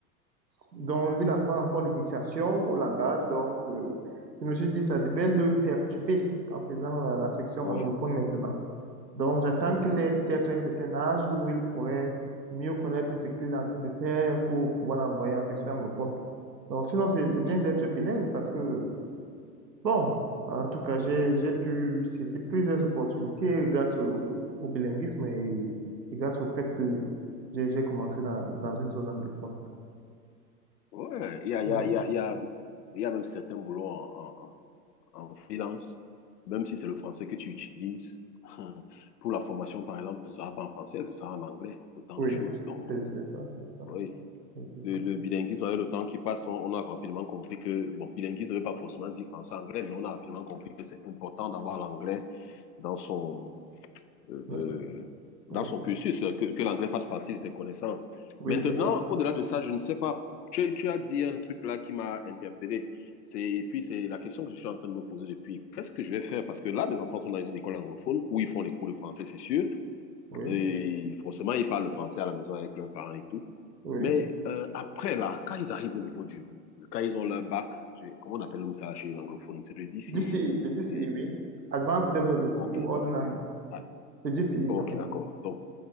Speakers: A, on the right; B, on the left.
A: s- donc il apprend encore l'initiation au langage. Donc, euh, je me suis dit, ça devait le perturber en faisant la, la section
B: oui,
A: anglophone maintenant. Donc, j'attends
B: mhm,
A: qu'il ait peut-être un certain âge où il pourrait mieux connaître ce qu'il est en train de faire pour pouvoir l'envoyer en section anglophone. Donc, sinon, c'est c'est
B: oui.
A: bien d'être bilingue parce que Bon, en tout cas, j'ai, j'ai pu saisir plusieurs opportunités grâce au, au bilinguisme et, et grâce au fait que j'ai, j'ai commencé dans, dans une zone anglophone.
B: Ouais, Il y a,
A: Ouais.
B: il y a, il y a, il y a, il y a même certains boulots en, en, en- en freelance, même si c'est le français que tu utilises. <laughs> Pour la formation, par exemple, ce ne sera pas en français, ce sera en anglais, autant
A: Oui,
B: de choses. Donc,
A: c'est, c'est ça, c'est ça,
B: oui.
A: oui, c'est
B: le,
A: ça.
B: le bilinguisme, avec le temps qui passe, on, on a rapidement compris que, bon, bilinguisme ne veut pas forcément dire français-anglais, mais on a rapidement compris que c'est important d'avoir l'anglais dans son, euh,
A: Euh,
B: dans
A: Oui,
B: son cursus, que, que l'anglais fasse partie de ses connaissances.
A: oui,
B: Maintenant,
A: c'est ça,
B: au-delà de ça, je ne sais pas, tu, tu as dit un truc là qui m'a interpellé. et puis, c'est la question que je suis en train de me poser depuis. Qu'est-ce que je vais faire? Parce que là, mes enfants sont dans une école anglophone où ils font les cours de français, c'est sûr.
A: oui,
B: Et forcément, ils parlent le français à la maison avec leurs parents et tout.
A: oui.
B: Mais euh, après, là, quand ils arrivent au niveau du... Quand ils ont leur bac, je- comment on appelle ça chez les anglophones? C'est le DCI.
A: GCE, le GCE,
B: C'est
A: oui. Advanced level ou
B: OK.
A: ordinary,
B: Ah,
A: le GCE
B: OK,
A: quand même.
B: d'accord. Donc,